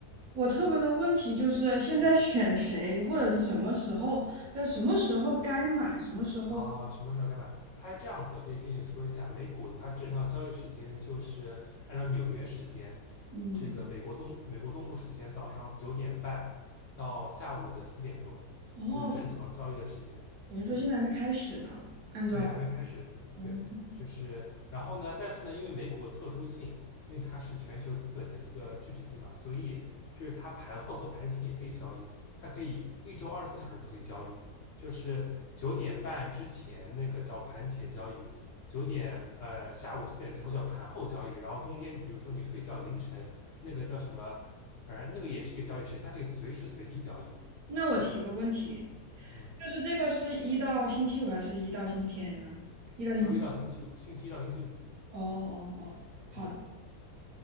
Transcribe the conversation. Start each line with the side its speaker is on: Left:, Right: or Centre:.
Right: 我特别的问题就是现在选谁，
Left: 嗯
Right: 或者是什么时候，就是什么时候该买，什么时候，
Left: 啊，什么时候该买？它是这样子的可以跟你说一下，美股它正常的交易时间就是按照纽约时间，
Right: 嗯，
Left: 这个美国东美国东部时间早上九点半到下午的四点钟，
Right: 哦，
Left: 这是正常交易的时间。
Right: 等于说现在还没开始呢。按照，
Left: 对，还没开始，
Right: 嗯，
Left: 对，就是然后呢，但是呢，因为美股的特殊性，因为它是全球资本的一个聚集地嘛，所以就是它盘后和盘前也可以交易，它可以一周二十四小时都可以交易，就是九点半之前那个叫盘前交易，九点呃下午四点之后叫盘后交易，然后中间就比如说你睡觉凌晨那个叫什么，反正那个也是一个交易时间，它可以随时随地交易，
Right: 那我提个问题，
Left: 嗯，
Right: 就是这个是一到星期五还是一到星期天呢？一到星，
Left: 周一到星期五，星期一到星期五，
Right: 哦哦哦，好的，
Left: 嗯。